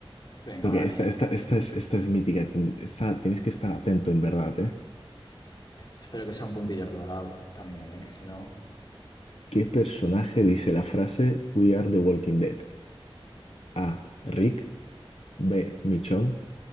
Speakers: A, on the left; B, on the left.
A: Venga,
B: Porque
A: vale.
B: esta, esta, esta es, esta es mítica, ten- esta, tienes que estar atento en verdad, ¿eh?
A: Espero que sea un puntillo regalado también, ¿eh? Que si no...
B: ¿Qué personaje dice la frase We are the Walking Dead? A. Rick, B. Michonne,